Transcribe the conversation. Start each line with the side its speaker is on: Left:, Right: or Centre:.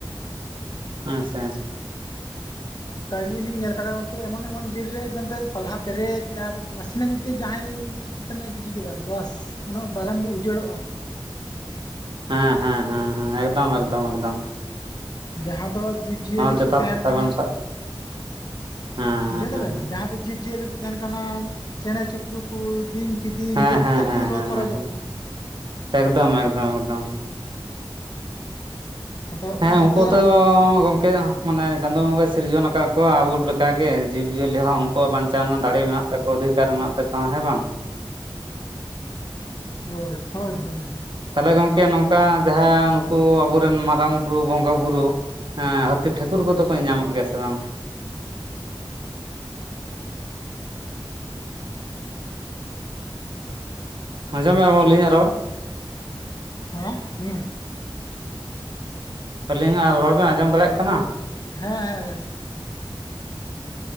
Right: ᱾ ᱟᱪᱪᱷᱟ
Left: ᱚᱱᱠᱟ ᱜᱮ ᱞᱤᱧ ᱧᱮᱞ ᱟᱠᱟᱫᱟ ᱜᱚᱝᱠᱮ ᱮᱢᱚᱱ ᱮᱢᱚᱱ ᱵᱤᱨ ᱨᱮ ᱯᱟᱞᱦᱟ ᱯᱮᱨᱮᱡ ᱟᱨ ᱱᱟᱥᱮᱱᱟᱜ ᱢᱤᱫᱴᱮᱡ ᱡᱟᱦᱟᱸᱭ ᱪᱩᱴᱤ ᱛᱱᱟᱜ ᱮ ᱜᱤᱰᱤ ᱠᱮᱫᱟ ᱵᱟᱥ ᱩᱱᱟᱹᱜ ᱵᱟᱜᱟᱱ ᱫᱚ ᱩᱡᱟᱹᱲᱚᱜᱼᱟ ᱾
Right: ᱦᱮᱸᱻᱦᱮᱸᱻᱦᱮᱸᱻᱦᱮᱸ, ᱮᱠᱫᱚᱢᱻᱮᱠᱫᱚᱢᱻ ᱮᱠᱫᱚᱢ ᱾
Left: ᱡᱟᱦᱟᱸ ᱫᱚ ᱡᱤᱵᱡᱤᱭᱟᱹᱞᱤ
Right: ᱡᱚᱛᱷᱟᱛ
Left: ᱠᱚ ᱛᱟᱦᱮᱱ
Right: ᱠᱟᱛᱷᱟ
Left: ᱠᱟᱱᱟ
Right: ᱵᱮᱱ ᱥᱟᱵ ᱦᱮᱸ
Left: ᱵᱩᱡᱷᱟᱹᱣ
Right: ᱦᱮᱸ
Left: ᱫᱟᱲᱮ
Right: ᱦᱮᱸ
Left: <unintelligible> ᱡᱟᱦᱟᱸ ᱡᱤᱵᱽᱡᱤᱭᱟᱹᱞᱤ ᱠᱚ ᱛᱟᱦᱮᱸᱱ ᱠᱟᱱᱟ ᱪᱮᱬᱮ ᱪᱩᱯᱨᱩ ᱠᱚ ᱵᱤᱧ ᱠᱤᱫᱤᱧ
Right: ᱦᱮᱸ
Left: ᱡᱚᱛᱚ
Right: ᱦᱮᱸ ᱦᱮᱸ
Left: ᱠᱚ ᱞᱚ
Right: ᱦᱮᱸ
Left: ᱛᱚᱨᱚᱡᱚᱜ
Right: ᱦᱮᱸ ᱦᱮᱸ
Left: ᱠᱟᱱᱟ
Right: ᱮᱠᱫᱚᱢ ᱮᱠᱫᱚᱢ ᱮᱠᱫᱚᱢ
Left: ᱟᱫᱚ
Right: ᱦᱮᱸ
Left: ᱚᱱᱟᱛᱮ
Right: ᱩᱱᱠᱩ ᱛᱚ ᱜᱚᱝᱠᱮ ᱢᱟᱱᱮ ᱪᱟᱸᱫᱳ ᱵᱚᱸᱜᱟ ᱥᱤᱨᱡᱚᱱ ᱟᱠᱟᱜ ᱠᱚᱣᱟ ᱟᱵᱚ ᱞᱮᱠᱟᱜᱮ, ᱡᱤᱵᱽᱼᱡᱤᱭᱟᱹᱞᱤ ᱦᱚᱸ ᱩᱱᱠᱩᱣᱟᱜ ᱵᱟᱧᱪᱟᱣ ᱨᱮᱱᱟᱜ ᱫᱟᱲᱮ ᱢᱮᱱᱟᱜ ᱛᱟᱠᱚᱼᱣᱟ ᱾ ᱚᱫᱷᱤᱠᱟᱨ ᱢᱮᱱᱟᱜ ᱛᱟᱠᱚᱣᱟ ᱦᱮᱸ ᱵᱟᱝ ᱾
Left: ᱦᱳᱭ ᱦᱳᱭ ᱦᱳᱭ ᱦᱳᱭ
Right: ᱛᱟᱦᱚᱞᱮ ᱜᱚᱢᱠᱮ ᱱᱚᱝᱠᱟ ᱡᱟᱦᱟᱸ ᱱᱩᱠᱩ ᱟᱵᱚᱨᱮᱱ ᱢᱟᱨᱟᱝ ᱵᱩᱨᱩ ᱵᱚᱸᱜᱟ ᱵᱩᱨᱩ ᱦᱮᱸ ᱦᱟᱹᱛᱤ ᱴᱷᱟᱹᱠᱩᱨ ᱠᱚᱫᱚ ᱠᱚ ᱧᱟᱢᱚᱜ ᱜᱮᱭᱟ ᱥᱮ ᱵᱟᱝ? ᱟᱸᱚᱢ ᱢᱮᱢ ᱟᱹᱞᱤᱧᱟᱜ ᱨᱚᱲ
Left: ᱦᱮ ᱦᱩᱸ
Right: ᱟᱹᱞᱤᱧᱟᱜ ᱨᱚᱲ ᱵᱮᱱ ᱟᱸᱡᱚᱢ ᱫᱟᱲᱮᱭᱟᱜ ᱠᱟᱱᱟ?
Left: ᱦᱮᱸᱻᱦᱮᱸ ᱾